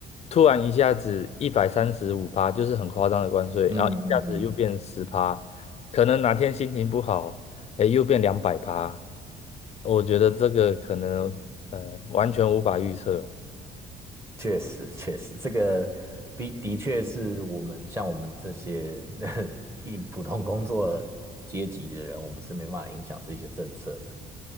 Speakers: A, on the left; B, on the right.
A: 突然一下子一百三十五趴，就是很夸张的关税，
B: 嗯嗯嗯，
A: 然后一下子又变十趴，可能哪天心情不好，哎，又变两百趴，我觉得这个可能呃完全无法预测，
B: 确实确实，这个比的确是我们像我们这些 <laughs> 一普通工作阶级的人，我们是没办法影响这些政策的。